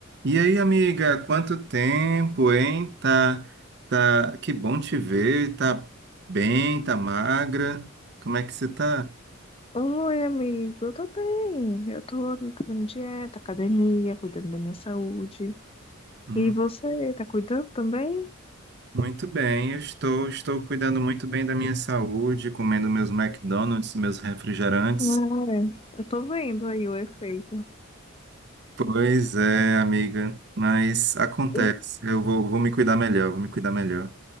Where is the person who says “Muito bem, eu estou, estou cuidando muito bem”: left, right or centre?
Right